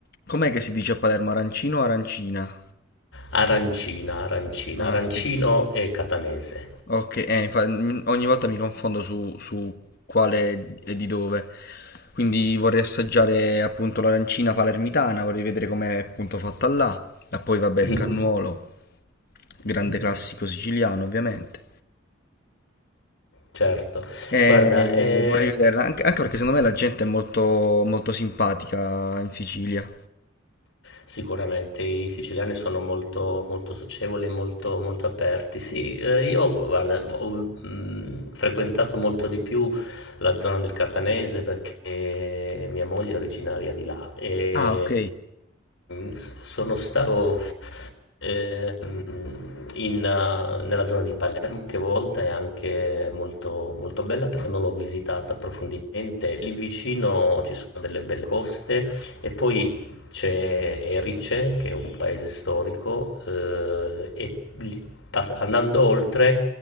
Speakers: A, on the left; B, on the left.
A: Com'è che si dice a Palermo? Arancino o arancina?
B: Arancina, arancina,
A: Ah,
B: arancino
A: ok.
B: e catanese.
A: Ok, eh, infa- m- ogni volta mi confondo su, su quale e di dove. Quindi vorrei assaggiare appunto l'arancina palermitana, vorrei vedere com'è appunto fatta là. E poi vabbè
B: Mhm.
A: il cannuolo, grande
B: Mhm.
A: classico siciliano ovviamente.
B: Certo.
A: E
B: Guarda, eh,
A: vorrei vedere, anche, anche perché secondo me la gente è molto, molto simpatica in Sicilia.
B: sicuramente i siciliani sono molto, molto socievoli, e molto, molto aperti. Sì, eh, io guarda, ho mm, frequentato molto di più la zona del Catanese perché mia moglie è originaria di là e
A: Ah, ok,
B: mm, s- sono stato Ehm, in, eh, nella zona di Palermo, che a volte è anche molto, molto bella, però non l'ho visitata approfonditamente. Lì vicino ci sono delle belle coste e poi c'è Erice, che è un paese storico, eh, e lì- pass- andando oltre